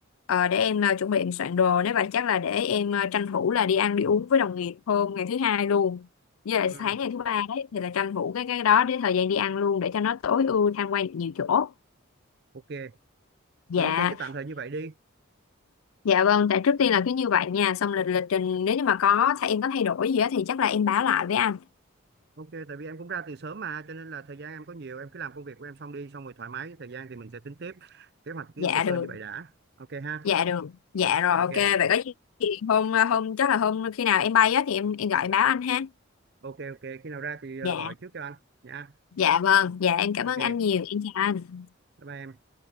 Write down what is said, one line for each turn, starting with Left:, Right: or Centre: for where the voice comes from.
Left: ờ, để em ờ, chuẩn bị em soạn đồ nếu vậy chắc là để em ờ, tranh thủ là đi ăn đi uống với đồng nghiệp hôm ngày thứ hai luôn. Với lại
Right: ừ
Left: sáng ngày thứ ba đấy thì là tranh thủ cái cái đó để thời gian đi ăn luôn để cho nó tối ưu tham quan được nhiều chỗ.
Right: ok
Left: Dạ.
Right: rồi ok cái tạm thời như vậy đi
Left: Dạ vâng, tại trước tiên là cứ như vậy nha, xong lịch lịch trình nếu như mà có thay em có thay đổi gì á thì chắc là em báo lại với anh.
Right: ok tại vì em cũng ra từ sớm mà cho nên là thời gian em có nhiều em cứ làm công việc của em xong đi xong rồi thoải mái thời gian thì mình sẽ tính tiếp kế hoạch cứ
Left: Dạ
Right: sơ sơ
Left: được,
Right: như vậy đã ok ha
Left: dạ được, dạ rồi
Right: ok
Left: ok, vậy có gì thì hôm hôm chắc là hôm khi nào em bay á thì em em gọi em báo anh ha.
Right: ok ok khi nào ra thì ờ,
Left: Dạ,
Right: gọi trước cho anh nha
Left: dạ vâng, dạ em cảm
Right: ok
Left: ơn anh nhiều, em chào anh.
Right: bye bye em